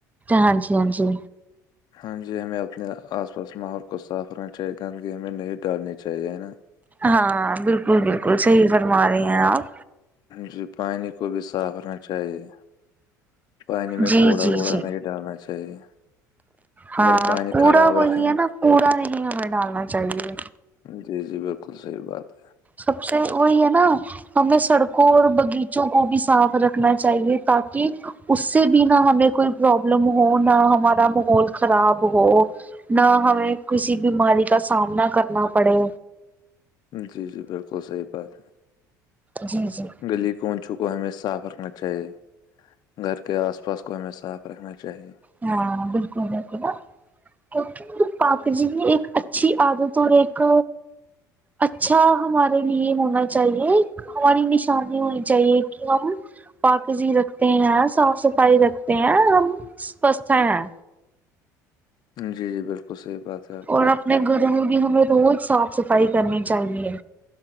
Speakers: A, on the right; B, on the left.
A: ہاں جی ہاں جی
B: ہاں جی ہمیں اپنے آس پاس ماحول کو صاف رکھنا چاہیے گندگی ہمیں نہیں ڈالنی چاہیے نا
A: ہاں بالکل بالکل صحیح فرما رہے ہیں آپ
B: جی پانی کو بھی صاف رنا چاہیے پانی میں
A: جی
B: کوڑا
A: جی
B: ووڑا
A: جی
B: نہیں ڈالنا چاہیے
A: ہاں
B: اگر پانی
A: کوڑا
B: خراب
A: وہی
B: رکھیں گے
A: ہے نا کوڑا نہیں ہمیں ڈالنا چاہیے
B: جی جی بالکل صحیح بات ہے
A: سب سے وہی ہے نا ہمیں سڑکوں اور باغیچوں کو بھی صاف رکھنا چاہیے تاکہ اس سے بھی نہ ہمیں کوئی پرابلم ہو نہ ہمارا ماحول خراب ہو نہ ہمیں کسی بیماری کا سامنا کرنا پڑے
B: جی جی بالکل صحیح بات ہے
A: جی جی
B: گلی کوونچو کو ہمیں صاف رکھنا چاہیے گھر کے آس پاس کو ہمیں صاف رکھنا چاہیے
A: ہاں بالکل بالکل کیکہ پاپ جی نے ایک اچھی عادت اور ایک اچھا ہمارے لیے ہونا چاہیے ہماری نشانی ہونی چاہیے کی پاکزی رکھتے ہیں صاف صفائی رکھتے ہیں ہم سچھ ہیں
B: جی جی بالکل صحیح بات ہے آپ
A: اور
B: کے یہاں
A: اپنے میں گ رہوں گ ہمیں روز صاف صفائی کرنی چاہیے